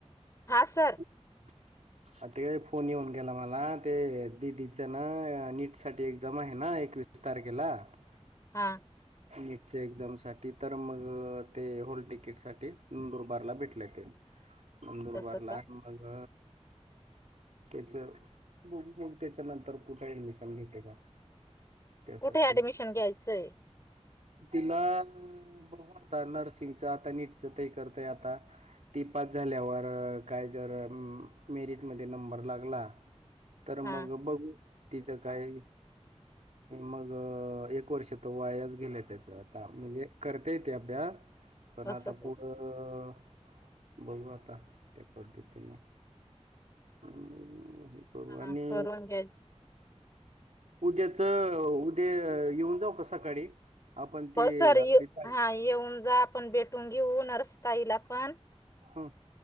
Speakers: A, on the left (about 25°); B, on the right (about 80°).
A: हा सर
B: <inaudible> आ ते फोन येऊन गेला मला ते दीदीचं ना नीट साठी एकझाम आहे ना एकवीस - तारखेला -
A: हां
B: नीटच्या एक्झाम साठी तर मग ते होल टिकीट साठी नंदुरबारला भेटलय ते नंदूर
A: असं
B: बरला
A: का
B: मग त्याच बुग बुग त्याच्या नंतर कुठे ऍडमिशन घेते का? त्यासाठी.
A: कुठे ऍडमिशन घ्यायचंय?
B: तिला बघु अता नर्सिंगच आता नीटच ते करतय आता. ती पाच झाल्यावर काय जर अ मेरिटमधध्ये नंबर लागला. तर मग
A: हा
B: बघू तिचं काही मग एक वर्ष? त् वायाच गेलय त्याच आता म्हणजे करतेय ती अभ्यास पण
A: असं
B: आता पुढं...... बघु आता त्या पध्दतीन <unintelligible> करू
A: हा
B: आणि
A: करून घ्यायच
B: उद्याच उद्या येऊन जाऊ का सकाळी आपण ती
A: हो सर ये
B: आपली पाय
A: हा
B: -
A: येऊन जा आपण भेटून घेऊ नर्सताईला पण
B: हम